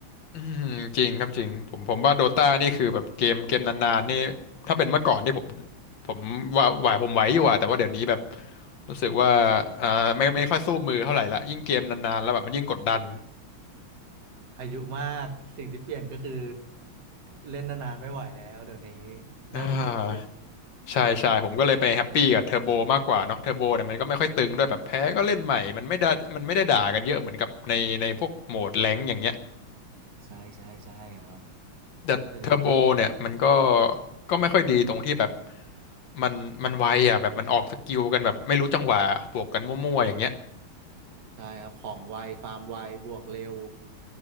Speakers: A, on the left (about 65°); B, on the right (about 55°).
A: อืมจริงครับจริง ผมผมว่าโดตานี่คือแบบเกมเกมนานๆนี่ ถ้าเป็นเมื่อก่อนนี่ผมผมว่าไหวผมไหวอยู่อะแต่ว่าเดี๋ยวนี้แบบรู้สึกว่าอ่าไม่ไม่ค่อยสู้มือเท่าไหร่ละยิ่งเกมนานๆแล้วแบบมันยิ่งกดดัน
B: อายุมากสิ่งที่เปลี่ยนก็คือเล่นนานๆไม่ไหวแล้วเดี๋ยวนี้
A: อ่า
B: ได้แต่เกมเอา
A: ใช่ใช่ผมก็เลยไปแฮปปี้กับเทอร์โบมากกว่าเนาะเทอร์โบเนี่ยมันก็ไม่ค่อยตึงด้วยแบบแพ้ก็เล่นใหม่มันไม่ได้มันไม่ได้ด่ากันเยอะเหมือนกับในในพวกโหมดแรงค์อย่างเงี้ย
B: ใช่ใช่ใช่ครับ
A: แต่เทอร์โบเนี่ยมันก็
B: แต่จริง
A: ก็ไม่ค่อยดีตรงที่แบบมันมันไวอ่ะแบบมันออกสกิลกันแบบไม่รู้จังหวะบวกกันมั่วๆอย่างเงี้ย
B: ๆใช่ครับของไวฟาร์มไวบวกเร็ว